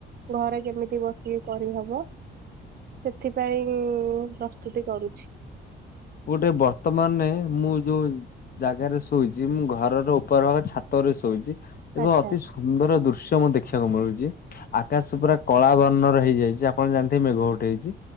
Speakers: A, on the right (about 50°); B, on the left (about 50°).
A: ଘରେ କେମିତି ବସି କରିହବ ସେଥିପାଇଁ ପ୍ରସ୍ତୁତି କରୁଛି।
B: ଗୋଟେ ବର୍ତ୍ତମାନେ ମୁଁ ଯୋଉଁ। ଜାଗାରେ ଶୋଇଛି ମୁଁ ଘରର ଉପର ଭାଗ ଛାତରେ ଶୋଇଛି ଏବଂ
A: ଆଚ୍ଛା
B: ଅତି ସୁନ୍ଦର ଦୃଶ୍ୟ ମୁଁ ଦେଖିବାକୁ ମିଳୁଛି। ଆକାଶ ପୁରା କଳା ବର୍ଣ୍ଣର ହେଇଯାଇଛି ଆପଣ ଜାଣିଥିବେ ମେଘ ଉଠେଇଛି।